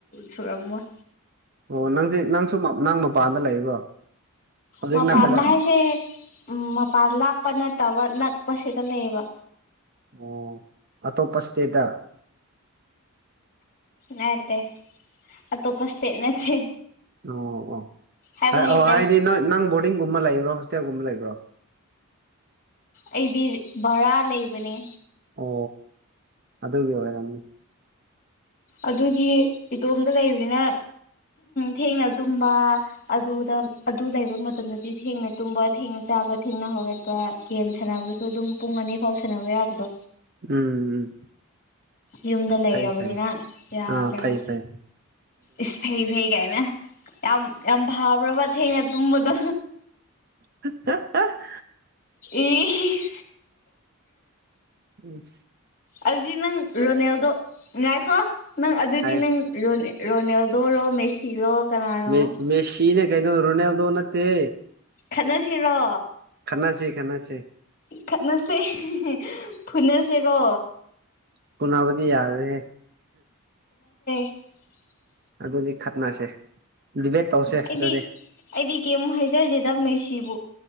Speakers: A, on the left; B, on the right.
A: ꯁꯨꯔꯝꯃꯣꯏ
B: ꯑꯣ ꯅꯪꯁ ꯅꯪꯁꯨ ꯅꯪ ꯃꯄꯥꯟꯗ ꯂꯩꯕ꯭ꯔꯣ ꯍꯧꯖꯤꯛ
A: ꯃ
B: ꯅꯠꯇꯕ
A: ꯄꯔꯅ ꯍꯥꯏꯁꯦ ꯎ ꯃ ꯄꯥ ꯂꯥꯞ ꯄ ꯅꯠꯇꯕ ꯅꯛꯄꯁꯤꯗ ꯂꯩꯕ
B: ꯑꯣ ꯑꯇꯣꯞꯄ ꯏꯁꯇꯦꯠꯇ
A: ꯑꯥꯏ ꯇ ꯑ ꯇꯣꯄꯁꯦ ꯅꯠꯇꯦ
B: ꯑꯣ
A: ꯍꯥꯏꯕ
B: ꯑꯣ
A: ꯍꯩꯇ꯭ꯔꯦ
B: ꯑꯣ ꯍꯥꯏꯗꯤ ꯅ ꯅꯪ ꯕꯣꯔꯗꯤꯡꯒꯨꯝꯕ ꯂꯩ ꯍꯣ ꯍꯣꯁꯇꯌꯥꯦꯜꯒꯨꯝꯕ ꯂꯩꯕ꯭ꯔꯣ
A: ꯑꯩꯗꯤ ꯕꯔꯥ ꯂꯩꯕꯅꯦ
B: ꯑꯣ ꯑꯗꯨꯒꯤ ꯑꯣꯏꯔꯝꯅꯤ
A: ꯑꯗꯨꯒꯤ ꯏꯗꯣꯝꯗ ꯂꯩꯕꯅꯤꯅ ꯊꯦꯡꯅ ꯇꯨꯝꯕ ꯑꯗꯨꯗ ꯑꯗꯨ ꯂꯩꯕ ꯃꯇꯝꯗꯗꯤ ꯊꯦꯡꯅ ꯇꯨꯝꯕ ꯊꯦꯡꯅ ꯆꯥꯕ ꯊꯦꯡꯅ ꯍꯧꯒꯠꯄ ꯒꯦꯝ ꯁꯥꯟꯅꯕꯁꯨ ꯑꯗꯨꯝ ꯄꯨꯡ ꯑꯅꯤ ꯐꯥꯎ ꯁꯥꯟꯅꯕ ꯌꯥꯕꯗꯣ
B: ꯎꯝ ꯎꯝ
A: ꯌꯨꯝꯗ ꯂꯩꯔꯕꯅꯤꯅ
B: ꯐꯩ ꯐꯩ
A: ꯌꯥꯗ꯭ꯔꯦꯕ
B: ꯑꯥ ꯀꯩ ꯐꯥꯏ
A: ꯏꯁ ꯐꯩ ꯐꯩ ꯀꯥꯏꯅ ꯌꯥꯝ ꯌꯥꯝ ꯥꯕ꯭ꯔꯕ ꯊꯦꯡꯅ ꯇꯨꯝꯕꯗꯣ
B: ꯠꯇ <unintelligible>
A: ꯏꯁ
B: ꯎꯝ
A: ꯑꯗꯨꯗꯤ ꯅꯪ ꯔꯣꯅꯦꯜꯗꯣ ꯉꯥꯏꯈꯣ ꯅꯪ ꯑꯗꯨꯗꯤ
B: ꯍꯥꯏ
A: ꯅꯪ ꯔꯣꯅꯦꯜꯗꯣꯔꯣ ꯃꯦꯁꯤꯔꯣ ꯀꯅꯥꯅꯣ
B: ꯃ ꯃꯦꯁꯤꯅꯦ ꯀꯩꯅꯩꯅꯣ ꯔꯨꯅꯦꯗꯣꯅꯠꯇ
A: ꯈꯠꯅꯁꯤꯔꯣ
B: ꯈꯟꯅꯁꯤꯦ ꯈꯟꯅꯁꯤꯦ
A: ꯈꯠꯅꯁꯦ ꯐꯨꯅꯁꯦꯔꯣ
B: ꯄꯨꯅꯕꯗꯤ ꯌꯥꯔꯦ
A: <unintelligible>
B: ꯑꯗꯨꯗꯤ ꯈꯠꯅꯁꯦ ꯗꯤꯕꯦꯠ ꯇꯧꯁꯦ ꯑꯗꯨꯗꯤ
A: ꯑꯩꯗꯤ ꯑꯩꯗꯤ ꯀꯦꯝꯃꯨꯛ ꯍꯥꯏꯖꯗꯦꯗ ꯃꯦꯁꯤꯕꯨ